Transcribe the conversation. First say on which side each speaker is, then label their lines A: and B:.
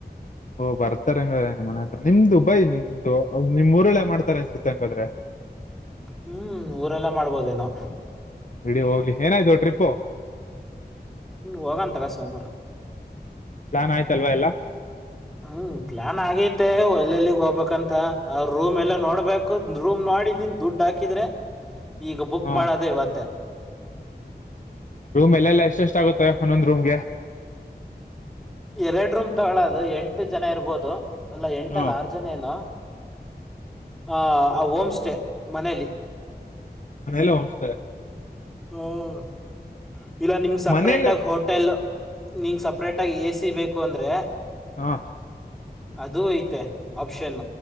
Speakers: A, on the left; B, in the centre.
A: ಓ ಬರ್ತಾರೆ ಹಂಗಾದ್ರೆ ನಿಮ್ಮ ಮನೆ ಹತ್ರ ನಿಮ್ದು ದುಬೈ ನಿಮ್ದು ನಿಮ್ ಊರಲ್ಲೆ ಮಾಡ್ತಾರೆ ಅನ್ಸುತ್ತ ಹಂಗಾದ್ರೆ
B: ಹ್ಮ್ ಊರಲ್ಲೆ ಮಾಡ್ಬೋದೇನೋ
A: ಬಿಡಿ ಹೋಗ್ಲಿ ಏನಾಯ್ತು ಟ್ರಿಪ್ಪು
B: ಹೋಗನ ತಗ ಸೋಮವಾರ
A: ಪ್ಲಾನ್ ಆಯತಲ್ವ ಎಲ್ಲ
B: ಹ್ಮ್ ಪ್ಲಾನ್ ಆಗೇತೆ ಎಲ್ಲಿ ಎಲ್ಲಿಗ್ ಹೋಗ್ಬೇಕಂತ ಅವ ರೂಮ್ ಎಲ್ಲ ನೋಡ್ಬೇಕ್ ಹಾಕ ರೂಮ್ ನೋಡಿದೀನ್ ದುಡ್ಡು ಹಾಕಿದ್ರೆ ಈಗ ಬುಕ್
A: ಹ
B: ಮಾಡೋದೇ ಇವತ್ತ
A: ರೂಮ್ ಎಲ್ಲ ಎಷ್ಟ ಎಷ್ಟ ಆಗುತ್ತೆ ಒಂದೊಂದು ರೂಮ್ಗೆ
B: ಎರಡು ರೂಮ್ ತಗೊಳ್ಳೋದು ಎಂಟು ಜನ ಇರಬಹುದು ಅಲ್ಲ ಎಂಟಲ್ಲಿ
A: ಹ
B: ಆರ್ ಜನ ಜನ ಏನೋ ಆ ಹೋಮ್ ಸ್ಟೇ ಮನೇಲಿ
A: ಮನೆಯಲ್ಲ ಹೋಂ ಸ್ಟೇ
B: ಹ ಇಲ್ಲ ನಿಮ್ಗೆ ಸಪ್ರೇಟ್
A: ಮನೇಲೆ
B: ಆಗ ಹೋಟೆಲ್ ನಿಂಗ ಸಪ ಅಪ್ರೇಟ್ ಆಗಿ ಎ ಸಿ ಬೇಕು ಅಂದ್ರೆ
A: ಹಾ
B: ಅದು ಐತೆ ಆಪ್ಷನ್